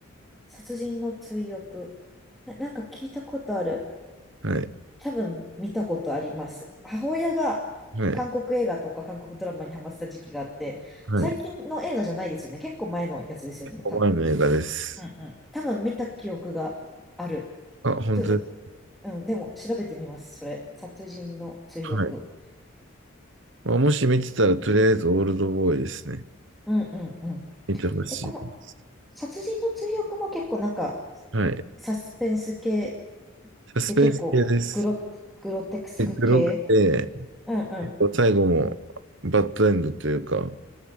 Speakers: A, in the centre; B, on the right.
A: 殺人の追憶。えなんか聞いたことある。
B: はい、
A: 多分見たことあります。母親が韓国映画とか韓国ドラマにハマってた時期があって、
B: はい、はい。
A: 最近の映画じゃないですよね。結構前のやつですよね、
B: 5枚の映画です。
A: 多分。うんうん多分見た記憶がある。
B: あ、本当です。
A: ちょっと、うん、でも調べてみます。それ。殺人の追憶。
B: はい。まあ、もし見てたら、とりあえずオールドボーイですね。
A: うんうんうん。
B: 見てほしいです。
A: え、この殺人の追憶も結構なんか、
B: はい。
A: サスペンス系
B: サスペンス系です。
A: で結構グロ、グロテクス系。
B: で黒くて、
A: うんうん。
B: えっと、最後もバッドエンドというか、